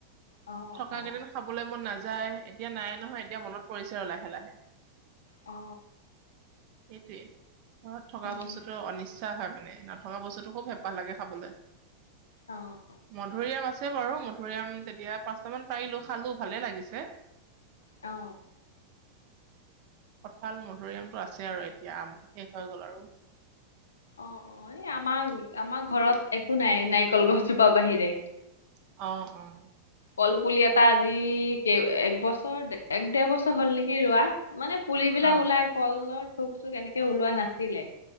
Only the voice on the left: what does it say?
অ অ
অ।
উম
অ।
অ।
অ, অ এই আমাৰ আমাৰ ঘৰত একো নাই নাৰিকল গছজোপা বাহিৰে।
কলপুলি এটা আজি এক বছৰ এক দেৰ বছৰ হ'ল নেকি ৰোৱা। মানে পুলিবিলাক
ওলাই কলৰ থোক চোক এনেকে ওলোৱা নাছিলে।